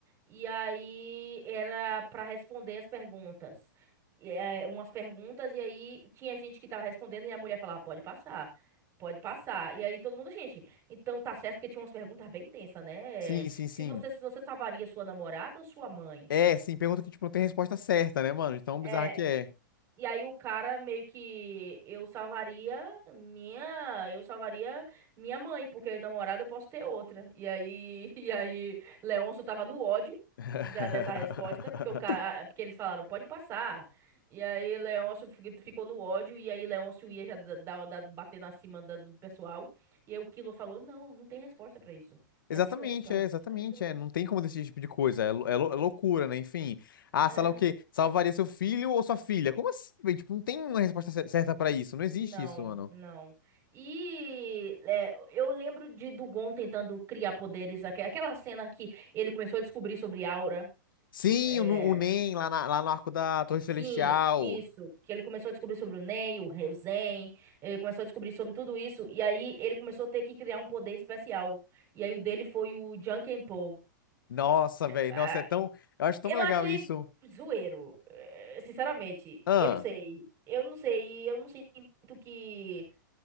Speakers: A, on the right (about 25°); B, on the left (about 80°).
A: e aí era pra responder as perguntas. E, eh, umas perguntas, e aí tinha gente que tava respondendo, e a mulher falava, pode passar, pode passar. E aí todo mundo, gente, então tá certo, porque tinha umas perguntas bem tensas, né?
B: Sim, sim, sim.
A: Se você, se você salvaria sua namorada ou sua mãe?
B: É, sim, pergunta que, tipo, não tem resposta certa, né, mano? De tão
A: É,
B: bizarra que é.
A: E aí o cara meio que eu salvaria minha, eu salvaria minha mãe, porque namorada eu posso ter outra. E aí <laughs> e aí Leôncio tava no ódio
B: <laughs>
A: da- dessa resposta, porque o cara, porque eles falaram, pode passar. E aí Leôncio fi- ficou no ódio e aí Leôncio ia já da, da, da- bater na cima da- do pessoal. E aí o Kilo falou: "Não, não tem resposta pra isso.
B: Exatamente,
A: É silêncio, a
B: é,
A: resposta
B: exatamente,
A: é silêncio."
B: é. Não tem como decidir esse tipo de coisa. É, lou- é lou- é loucura, né? Enfim. Ah, sei
A: é
B: lá o quê? Salvaria seu filho ou sua filha? Como assim, velho? Tipo, não tem uma resposta cer- certa pra isso. Não
A: Não,
B: existe isso, mano.
A: não. E é, eu lembro de Dugon tentando criar poderes, aque- aquela cena que ele começou a descobrir sobre aura.
B: Sim,
A: é,
B: o, Nu- o NEM lá, na- lá no arco da Torre Celestial.
A: sim, isso. Que ele começou a descobrir sobre o Nen, o Re- o Zen, ele começou a descobrir sobre tudo isso. E aí ele começou a ter que criar um poder especial. E aí o dele foi o Jankenpo.
B: Nossa, velho.
A: Ah,
B: Nossa, é tão. Eu acho tão
A: eu
B: legal
A: achei
B: isso.
A: zoeiro, eh, sinceramente.
B: Ah,
A: Eu não sei. Eu não sei. Eu não sinto que.